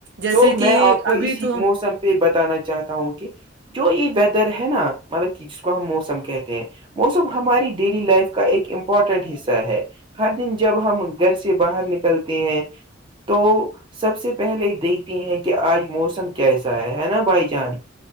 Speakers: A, on the right; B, on the right.
A: جیسے
B: تو میں
A: کہ
B: آپ کو
A: ابھی
B: اسی
A: تو
B: موسم پہ بتانا چاہتا ہوں کہ جو یہ ویدر ہے نا مطلب کہ جس کو ہم موسم کہتے ہیں موسم ہماری ڈیلی لائف کا ایک امپورٹنٹ حصہ ہے ہر دن جب ہم گھر سے باہر نکلتے ہیں تو سب سے پہلے دیکھ تے ہیں کہ آج موسم کیسا ہے ہے نا بھائی جان